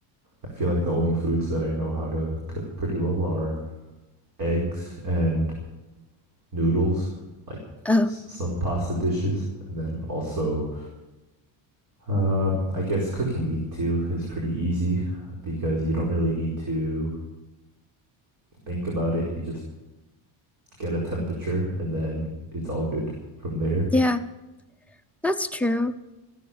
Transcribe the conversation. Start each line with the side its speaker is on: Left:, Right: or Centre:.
Right: I feel like the only foods that I know how to cook pretty well are eggs and noodles, like
Centre: Oh,
Right: s some pasta dishes, and then also Um, I guess cooking meat too is pretty easy because you don't really need to think about it. You just get a temperature and then it's all good from there.
Centre: yeah, that's true.